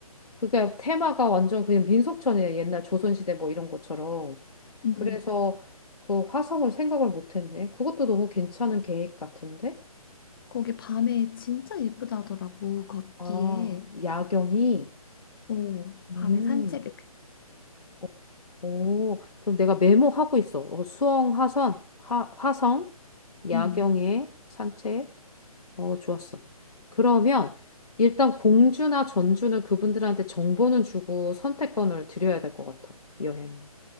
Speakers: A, on the left; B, on the left.
A: 그게 테마가 완전 그냥 민속촌이야. 옛날 조선시대 뭐 이런 것처럼.
B: 음.
A: 그래서 그 화성을 생각을 못했네. 그것도 너무 괜찮은 계획 같은데?
B: 거기 밤에 진짜 예쁘다더라고 걷기에.
A: 아, 야경이?
B: 어,
A: 음.
B: 밤에 산책 이렇게
A: 어, 오, 그럼 내가 메모하고 있어. 어, 수영, 하선, 하, 화성, 야경에
B: 음,
A: 산책. 어, 좋았어. 그러면 일단 공주나 전주는 그분들한테 정보는 주고 선택권을 드려야 될 것 같아. 여행.